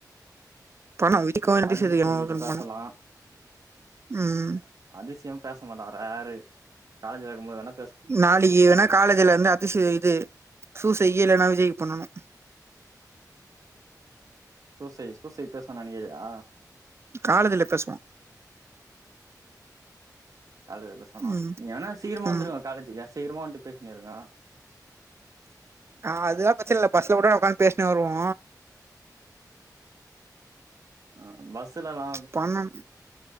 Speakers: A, on the right; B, on the right.
A: பணோ வீட்டுக்கோ வேனோ பேசறதுக்கோ
B: அதிசயதி கிட்ட
A: வேணு
B: பேசலா
A: பணோ ம்
B: அதிசியம் பேச மாட்டாங்கராரு காலேஜ்ல இருக்கு போது வேனா
A: நாளைகி வேணா காலேஜ்ல வந்து அதிசய இது சூசைக்கி இல்லன்னா விஜய்க்கி பண்ணணு
B: சூசை சூசை பேஸ்வா நெனைக்கிறியா
A: காலேஜ்ல பேசுவா
B: காலேஜ்ல பேசுவானா
A: ம்
B: நீ வேணா சீக்கிரமா
A: ஆமா
B: வந்துருங்க காலேஜுக்கு சீக்கிரமா வன்ந்ட்டு பேசினிருங்க
A: ஆ அதெல்லா பிரச்னல்ல பஸ்ல கூட நா உக்காந் பேஸ்னே வருவோ
B: ஆ பஸ்லலெல்லா
A: பணம்